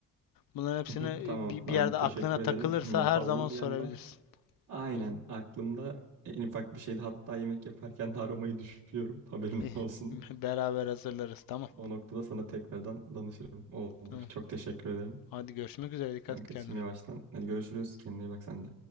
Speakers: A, on the left; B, on the right.
A: Bunların hepsini
B: Hı hı.
A: e,
B: Tamam
A: bir,
B: ben
A: bir yerde
B: teşekkür
A: aklına takılırsa
B: ederim. Not
A: her
B: aldım
A: zaman sorabilirsin.
B: bir yandan. Aynen
A: Hı.
B: aklımda en ufak bir şeydi. Hatta yemek yaparken de aromayı düşünüyorum. Haberin
A: İyi.
B: olsun.
A: <laughs> Beraber hazırlarız. Tamam.
B: O noktada sana tekrardan danışırım. Olur.
A: Tamam.
B: Çok teşekkür ederim.
A: Hadi görüşmek üzere. Dikkat
B: Ben
A: et
B: kaçayım
A: kendine.
B: yavaştan. Hadi görüşürüz. Kendine iyi bak sen de.